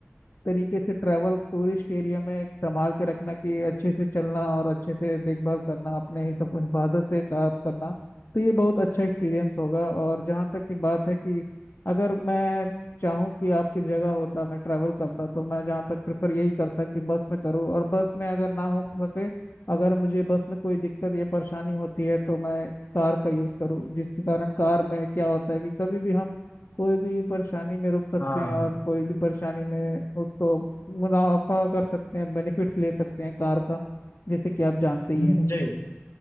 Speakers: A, on the left; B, on the left.
A: तरीके से ट्रैवल टूरिस्ट एरिया में एक संभाल के रखना कि अच्छे से चलना और अच्छे से देखभाल करना अपने ही सब हिफाजत से काम करना तो ये बहुत अच्छा एक्सपीरियंस होगा और जहाँ तक की बात है कि अगर मैं चाहूँ कि आपकी जगह होता मैं ट्रैवल करता तो मैं जहाँ तक प्रेफर यही करता कि बस में करूँ और बस में अगर ना हो सके अगर मुझे बस में कोई दिक्कत या परेशानी होती है तो मैं कार का यूज़ करूँ जिसके कारण कार में क्या होता है कि कभी भी हम कोई भी परेशानी में रुक सकते
B: हाँ
A: हैं
B: हाँ।
A: और कोई भी परेशानी में उसको मुनाफा कर सकते हैं बेनिफिट्स ले सकते हैं कार का जैसे कि आप जानते ही
B: हम्म,
A: हैं
B: जी